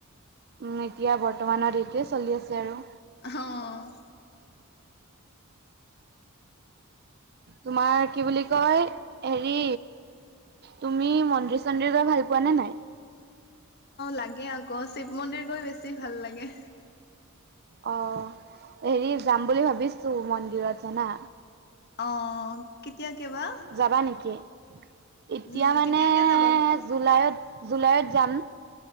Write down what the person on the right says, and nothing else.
উম, এতিয়া বৰ্তমানত এইটোৱেই চলি আছে আৰু।
তোমাৰ কি বুলি কয়! হেৰি তুমি মন্দিৰ-চন্দিৰ গৈ ভাল পোৱা নে নাই?
অ' হেৰি যাম বুলি ভাবিছো মন্দিৰত জানা!
যাবা নেকি? এতিয়া
মানে
জুলাইত-জুলাইত যাম।